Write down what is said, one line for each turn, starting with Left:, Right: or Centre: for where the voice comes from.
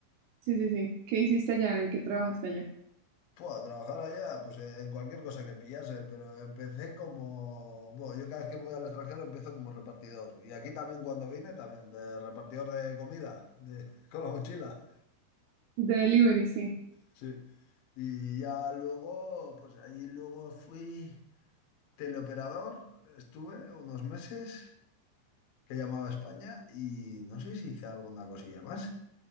Right: Sí, sí, sí. ¿Qué hiciste allá? ¿En qué trabajaste allá?
Left: Puedo trabajar allá, pues eh, en cualquier cosa que pillase, pero empecé como, bueno, yo cada vez que me voy al extranjero empiezo como repartidor. Y aquí también cuando vine, también, de repartidor de comida, de, <laughs> con la mochila.
Right: De delivery, sí.
Left: Sí. Y ya luego, pues allí luego fui teleoperador, estuve unos meses que llamaba a España y no sé si hice alguna cosilla más.